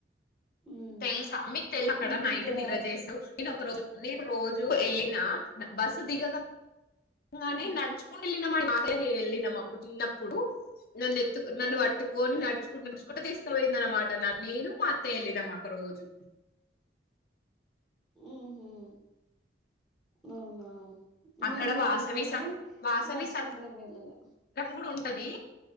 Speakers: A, in the centre; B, on the left (about 55°).
A: ఉమ్
B: తెలుసా మీకు తెల్ అక్కడ
A: మీకు
B: నైట్
A: ఇక్కడ
B: నిర జ చేసావు ఇన్ ఒక రోజు నేను రోజు ఎళ్ళిన బస్సు దిగగా గానే
A: ఉమ్
B: నడుచుకున్ ఎల్లినం అంటే ఎల్లినం అప్పుడు చిన్న ప్ ప్పుడు నన్ను ఎత్తు కొ నన్ను పట్టుకొని
A: ఆ
B: నడుచుకుంటా నడుచుకుంట తీస్ సవే నన్న మాట నేను మా మత్త ఎళ్ిన మా ఒక రోజు
A: హూ హుమ్ అవునా
B: అక్కడ
A: మేము కూడ
B: వాసవి
A: వెళ్ళినాం గానీ
B: సత్ వాసవి
A: నచ్చుకుంటా
B: సత్రం
A: వేల్ళలే
B: కూడా ఉంటది